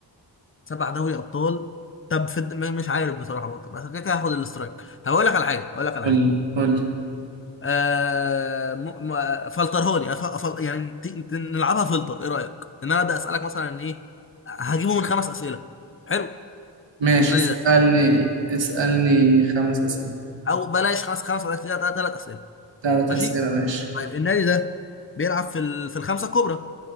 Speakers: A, on the left; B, on the right.
A: سبع دوري ابطال طب في الد- م- مش عارف بصراحه برضه بس كده كده هاخد الاسترايك طب اقول لك على حاجه اقول لك على
B: قول
A: حاجه
B: قول
A: آه م... م... فلترهولي أف... أف... يعني ت... ت- نلعبها فلتر ايه رايك ان انا ابدا اسالك مثلا ايه هجيبه من خمس اسئله حلو
B: ماشي
A: النادي
B: اسألني
A: ده
B: اسألني خمس أسئلة
A: او بلاش خمس خمس اسئله ثلاث اسئله
B: ثلاث
A: ماشي
B: أسئلة ماشي
A: طيب النادي ده بيلعب في ال... في الخمسه الكبرى